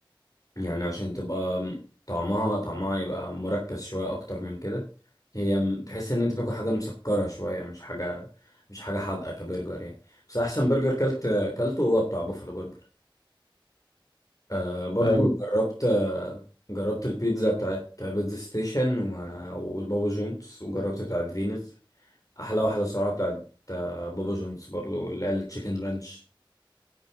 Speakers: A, on the left; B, on the left.
A: يعني عشان تبقى طعمها طعمها يبقى مركز شوية أكتر من كده هي م- تحس إن أنت
B: مم.
A: بتاكل حاجة مسكرة شوية مش حاجة مش حاجة حادقة كبرجر يعني بس أحسن برجر كلت كلته هو بتاع بوفالو برجر آه، برضو
B: آه، ب-
A: جربت آه، جربت البيتزا بتاعت بيتزا ستيشن و- وبابا جونز وجربت بتاعت فينوس أحلى واحدة صراحة بتاعت آه، بابا جونز برضو اللي هي التشيكن رانش